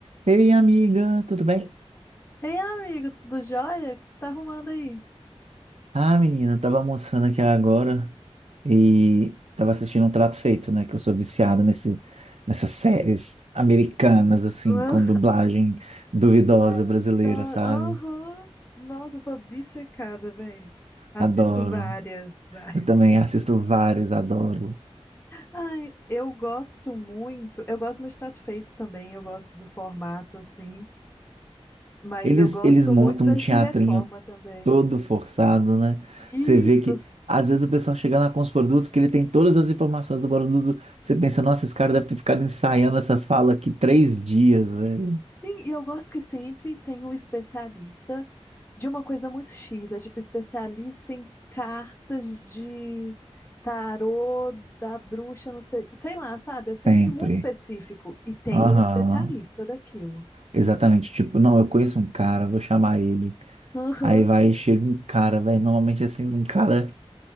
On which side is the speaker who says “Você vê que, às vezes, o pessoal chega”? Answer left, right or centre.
Right